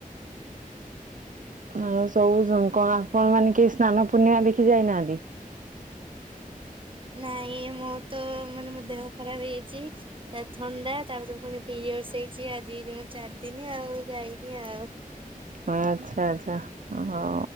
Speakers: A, on the right; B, on the right.
A: ଆଉ ସବୁ କଣ ଆପଣ ମାନେ କେହି ସ୍ନାନ ପୂର୍ଣ୍ଣିମା ଦେଖି ଯାଇନାହାନ୍ତି
B: ନାଇଁ ମୋ ତ ମାନେ ମୋ ଦେହ ଖରାପ ହେଇଛି। ତା ଥଣ୍ଡା ତାପ ପୁଣି ପିରିୟଡସ ହେଇଛି ଆଜି ଜଣ ଚାରିଦିନ ଆଉ ଯାଇନି ଆଉ।
A: ହଁ ଆଚ୍ଛା ଆଚ୍ଛା ହଁ